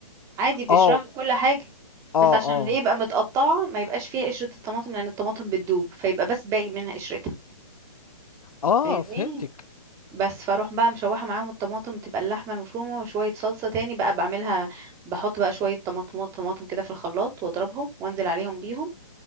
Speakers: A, on the right (about 15°); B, on the left (about 80°).
A: عادي بقشرها
B: اه
A: كل حاجه
B: اه
A: بس عشان
B: اه
A: اللي يبقى متقطعه ما يبقاش فيها قشره الطماطم لان الطماطم بتدوب فيبقى بس باقي منها قشرتها
B: اه
A: فاهمني
B: فهمتك
A: بس فاروح بقى مشوحه معاهم الطماطم تبقى اللحمه المفرومه وشويه صلصه تاني بقى بعملها بحط بقى شويه طماطمات طماطم كده في الخلاط واضربهم وانزل عليهم بيهم